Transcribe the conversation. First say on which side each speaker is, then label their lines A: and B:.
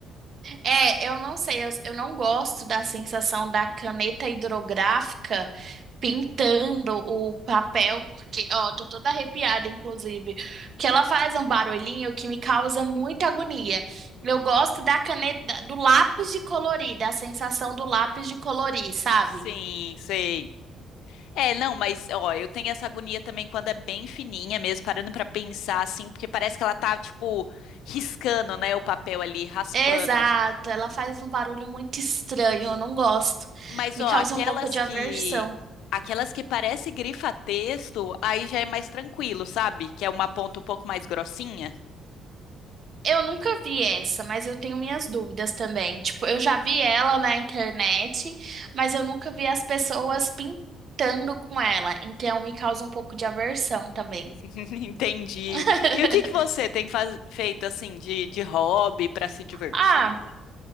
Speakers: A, on the right; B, on the left.
A: É, eu não sei, eu, eu não gosto da sensação da caneta hidrográfica pintando o papel, porque, ó, tô toda arrepiada, inclusive, que ela faz um barulhinho que me causa muita agonia.
B: Hum,
A: Eu gosto da caneta, do lápis de colorir, da sensação do lápis de colorir, sabe?
B: sim, sei. É, não, mas ó, eu tenho essa agonia também quando é bem fininha mesmo, parando pra pensar assim, porque parece que ela tá tipo riscando, né, o papel ali, raspando.
A: Exato, ela faz um barulho muito estranho, eu não gosto.
B: Mas,
A: Me
B: ó,
A: causa
B: aquelas
A: um pouco de
B: que
A: aversão.
B: aquelas que parece grifa-texto, aí já é mais tranquilo, sabe? Que é uma ponta um pouco mais grossinha.
A: Eu nunca vi essa, mas eu tenho minhas dúvidas também. Tipo, eu já vi ela na internet, mas eu nunca vi as pessoas pintando com ela. Então me causa um pouco de aversão também.
B: <laughs> Entendi.
A: <laughs>
B: E o que que você tem faz- feito assim de, de hobby para se divertir?
A: Ah,